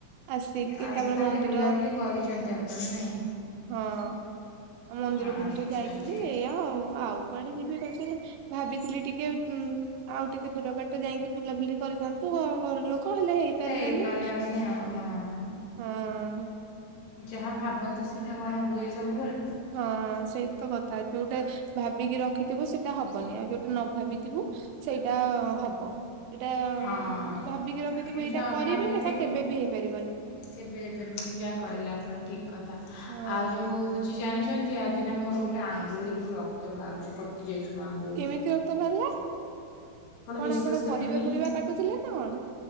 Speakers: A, on the right (about 85°); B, on the left (about 65°).
A: ଆସିକି
B: ଆଚ୍ଛା
A: ତା ପରେ
B: ତାହେଲେ
A: ମନ୍ଦିର।
B: ବୁଲାବୁଲି କରିଛନ୍ତି ଆପଣ ନାହିଁ।
A: ହଁ ମନ୍ଦିର
B: ଆଚ୍ଛା
A: ଫନ୍ଦିର ଯାଇଥିଲି,
B: ଆଚ୍ଛା।
A: ଏଇଆ ଆଉ ଆଉ। କୁଆଡେ ଯିବେ ରଜ ରେ। ଭାବିଥିଲି ଟିକେ ଉଁ ଆଉ ଟିକେ ଦୂର ବାଟ ଯାଇକି ବୁଲାବୁଲି କରିଥାନ୍ତୁ ଆଉ ଘର ଲୋକ। କହିଲେ ହେଇ ପାରିଲାନି,
B: ହେଇପାରିଲାନି ଆଉ ହଁ
A: ହଁ।
B: ଯାହା ଭାବନ୍ତି ସେଟା କଣ ହୁଏ ସବୁବେଳେ।
A: ହଁ ସେଇ ତ କଥା ଯୋଉଟା। ଭାବିକି ରଖିଥିବୁ ସେଇଟା ହବନି ଆଉ ଯୋଉଟା ନ ଭାବିଥିବୁ ସେଇଟା ହବ। ଯୋଉଟା
B: ହଁ
A: ଭାବିକି ରଖିଥିବୁ ଏଇଟା
B: ଯାହା
A: କରିବି
B: ଭାବିଥିବେ
A: ସେଇଟା କେବେ ବି ହେଇପାରିବନି।
B: କେବେ ହେଇପାରିବନି ଯାହା କହିଲେ ଆପଣ ଠିକ୍। କଥା,
A: ହଁ
B: ଆଉ ଯୋଉ ହଉଛି ଜାଣିଛନ୍ତି ଆଜି ନା ମୋର ଗୋଟେ ଆଙ୍ଗୁଳିରୁ ରକ୍ତ ବାହାରୁଛି କଟ୍ ଟି ଯାଇଛି ମୋ ଆଙ୍ଗୁଳି।
A: କେମତି ରକ୍ତ ବାହାରିଲା କଣ
B: ବିଶ୍ୱାସ
A: ଆପଣ
B: କରିବେନି
A: ପରିବା ଫରିବା କାଟୁଥିଲେ ନା କଣ।